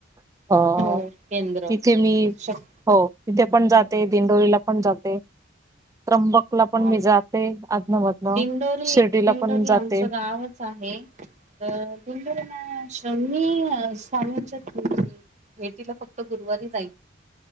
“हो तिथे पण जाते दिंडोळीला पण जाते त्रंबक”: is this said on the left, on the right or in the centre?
Right